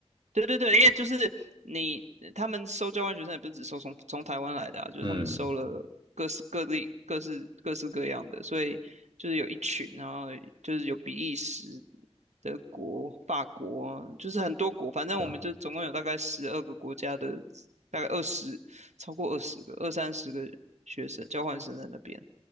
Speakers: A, on the right (about 90°); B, on the right (about 45°).
A: 对对对，因为就是你他们收交换学生也不是只收从从台湾来的啊，就是他们收了各式各地各式各式各样的，
B: 嗯
A: 所以就是有一群，然后就是有比利时、德国、法国，就是很多国，反正我们就总共有大概十二个国家的，
B: 对啊，
A: 大概二十超过二十个二三十个学生交换生在那边，